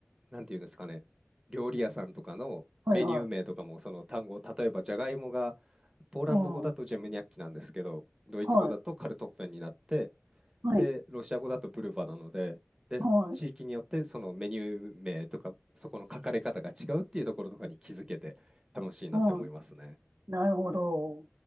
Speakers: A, on the right; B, on the right.
A: なんていうんですかね、料理屋さんとかのメニュー名とかもその単語、
B: はいはい。
A: 例えばじゃがいもがポーランド語だとジェムニャッキなんですけど、
B: うん。は
A: ドイツ語だとカルトッフェンになって、
B: い、はい、
A: で、ロシア語だとブルヴァなので、で、
B: はい、
A: 地域によってそのメニュー名とか、そこの書かれ方が違うっていうところとかに気づけて楽しいなって思いますね。
B: はい。なるほど。